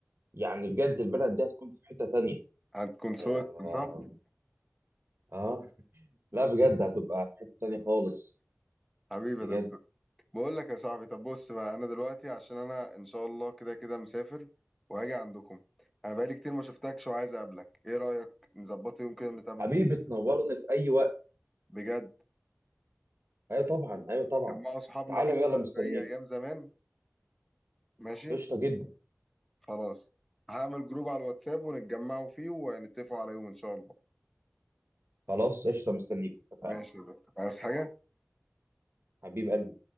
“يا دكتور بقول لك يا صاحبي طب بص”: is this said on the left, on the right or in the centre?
Centre